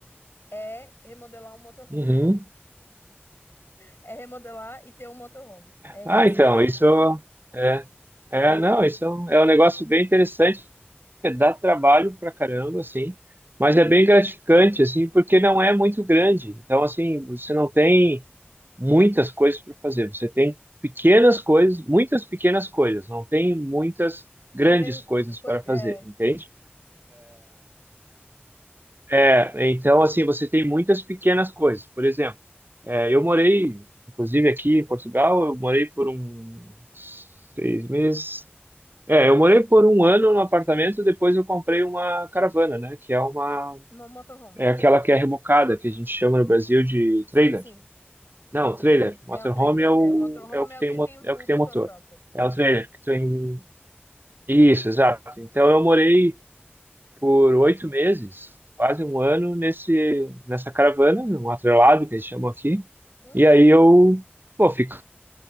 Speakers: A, on the left (about 65°); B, on the right (about 55°).
A: é remodelar um motorhome.
B: uhum.
A: <laughs> É remodelar e ter um motorhome. É
B: Ah,
A: isso
B: então,
A: que eu quero.
B: isso é. É, não, isso é um, é um negócio bem interessante. É, dá trabalho pra caramba, assim. Mas é bem gratificante, assim, porque não é muito grande. Então, assim, você não tem. muitas coisas para fazer. Você tem pequenas coisas, muitas pequenas coisas, não tem muitas grandes
A: Gran,
B: coisas
A: co-
B: para fazer,
A: é,
B: entende? É, então, assim, você tem muitas pequenas coisas. Por exemplo, é, eu morei, inclusive aqui em Portugal, eu morei por um seis meses. É, eu morei por um ano no apartamento, depois eu comprei uma caravana, né? Que é uma,
A: uma motorhome.
B: é aquela que é rebocada, que a gente chama no Brasil de
A: Sim,
B: trailer.
A: sim.
B: Não,
A: É um
B: o
A: trailer.
B: trailer. Motorhome
A: É um trailer.
B: é o,
A: É, o motorhome
B: é o que
A: é o
B: tem,
A: que
B: o
A: tem
B: mo-
A: o
B: é o que
A: o motor
B: tem o motor.
A: próprio.
B: É o trailer que tem. Isso, exato. Então eu morei por oito meses, quase um ano, nesse, nessa caravana, num atrelado que eles chamam aqui.
A: Uhum.
B: E aí eu, pô, ficava